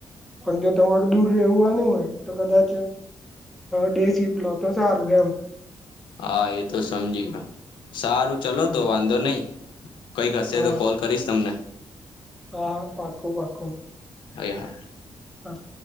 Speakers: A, in the centre; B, on the left.
A: પણ જો તમારું દૂર રેવાનું હોય તો કદાચ ડે સીફટ લો તો સારું એમ
B: હા એતો સમજી ગયો, સારું ચલો
A: હા
B: તો વાંધો નહી. કંઈક હશે
A: હા
B: તો કોલ કરીશ તમને
A: હા પાકું પાકું
B: એ હા.
A: હા.